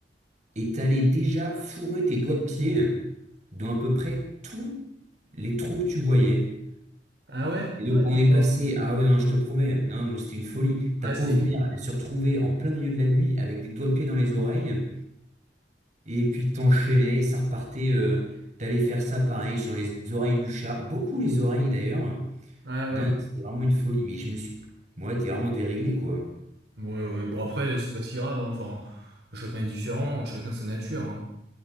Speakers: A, on the right (about 40°); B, on the right (about 65°).
A: et t'allais déjà fourrer tes doigts de pied dans à peu près tous les trous que tu voyais.
B: Ah ouais?
A: Et donc
B: Ouais,
A: on est
B: bah,
A: passé, ah ouais non, je te promets, non, non, c'était une folie. Ta
B: ah,
A: pauvre
B: c'est...
A: mère, elle se retrouvait en plein milieu de la nuit avec des doigts de pied dans les oreilles, et puis t'enchaînais, ça repartait, euh, t'allais faire ça pareil sur les oreilles du chat, beaucoup les oreilles d'ailleurs.
B: Ah
A: Non,
B: ouais.
A: non, c'était vraiment une folie, mais je me suis, moi, t'es vraiment déréglé quoi.
B: Ouais, ouais. Bon, après, c'est pas si grave, hein. Enfin, chacun est différent, chacun sa nature, hein.